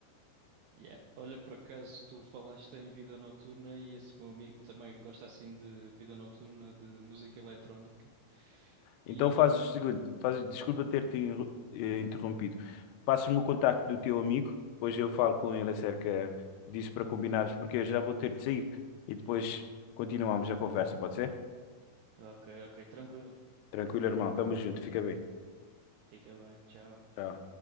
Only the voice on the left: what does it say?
Então fazes o seguinte, fazes, desculpa ter-te inru- eh, interrompido. Passas-me o contacto do teu amigo, depois eu falo com ele acerca disso para combinarmos, porque eu já vou ter de sair e depois continuamos a conversa, pode ser?
Tranquilo, irmão. Tamo junto. Fica bem.
Tchau.